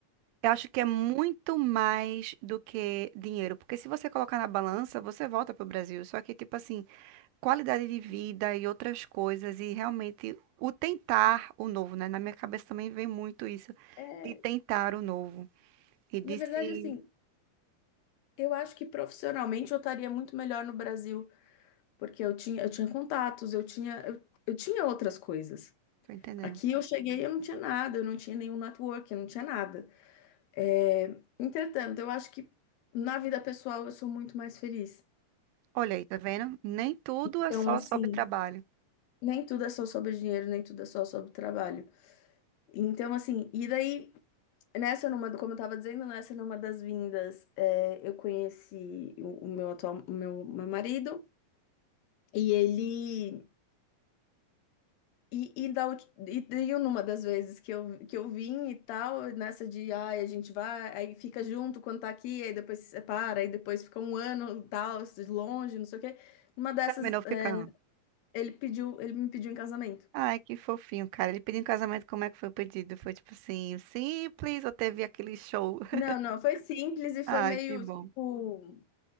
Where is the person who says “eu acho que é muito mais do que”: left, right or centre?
Right